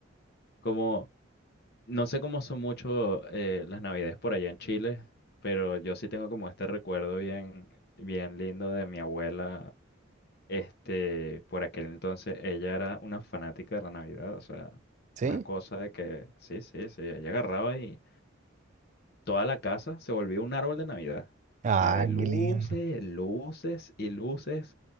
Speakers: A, on the left; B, on the right.
A: como No sé cómo son mucho eh, las navidades por allá en Chile, pero yo sí tengo como este recuerdo bien, bien lindo de mi abuela. Este, por aquel entonces ella era una fanática de la Navidad, o sea,
B: ¿sí?
A: una cosa de que sí, sí, sí, ella agarraba y toda la casa se volvía un árbol de Navidad.
B: Ah,
A: O sea, de luces,
B: qué lindo,
A: luces y luces,